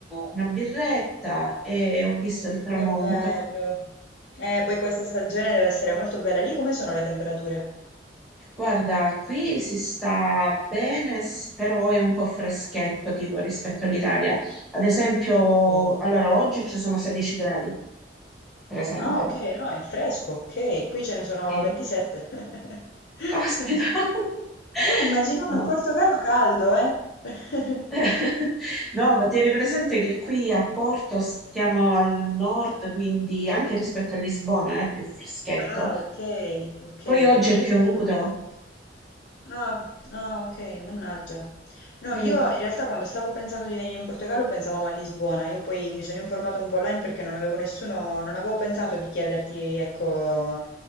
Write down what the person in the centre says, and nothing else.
una birretta e ho visto il tramonto
Guarda, qui si sta bene, s- però è un po' freschetto tipo rispetto all'Italia. Ad esempio,
allora oggi ci sono 16 gradi, per esempio.
Sì.
Caspita! <laughs>
No.
<laughs> No, ma tieni presente che qui a Porto stiamo al nord, quindi anche rispetto a Lisbona è più freschetto.
Poi oggi
è
piovuto.
Mm,